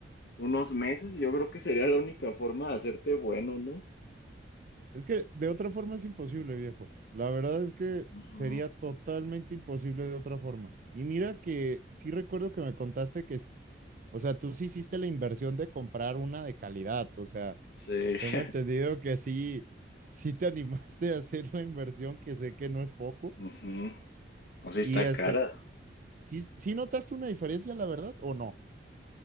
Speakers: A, on the left; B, on the right.
A: unos meses, yo creo que sería la única forma de hacerte bueno, ¿no?
B: Es que de otra forma es imposible, viejo. La verdad es que
A: Ujú,
B: sería totalmente imposible de otra forma. Y mira que sí recuerdo que me contaste que, es- o sea, tú sí hiciste la inversión de comprar una de calidad. O sea,
A: Sí.
B: tengo
A: <laughs>
B: entendido que sí, sí te <laughs> animaste a hacer la inversión, que sé que no es poco.
A: Ujú. O sea,
B: Y
A: está
B: este,
A: cara.
B: ¿sí, sí notaste una diferencia, la verdad, o no?